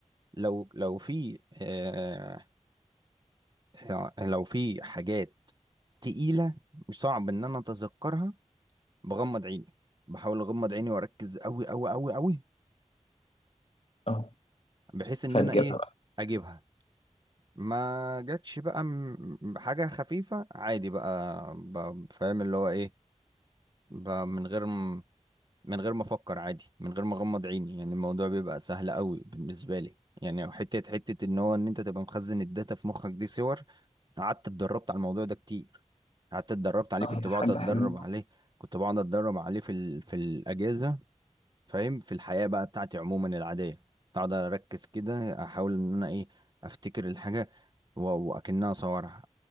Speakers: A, on the right; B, on the left.
A: لو لو في آه آه، لو في حاجات تقيلة مش صعب ان انا اتذكرها بغمض عيني بحاول اغمض عيني واركز قوي قوي قوي قوي
B: اه
A: بحيث ان
B: فتجيبها
A: انا ايه
B: بقى
A: اجيبها ما جاتش بقى م- حاجة خفيفة عادي بقى, بقى فاهم اللي هو ايه بقى من غير م- من غير ما افكر عادي من غير ما اغمض عيني يعني الموضوع بيبقى سهل قوي بالنسبة لي يعني حتة حتة ان هو ان انت تبقى مخزن الداتا في مخك دي صور قعدت اتدربت على الموضوع ده كتير قعدت اتدربت عليه
B: اه
A: كنت
B: هي حاجة
A: بقعد اتدرب
B: حلوة
A: عليه كنت بقعد اتدرب عليه في ال... في الاجازة فاهم في الحياة بقى بتاعتي عموما العادية اقعد اركز كده احاول ان انا ايه افتكر الحاجة و- واكنها اصورها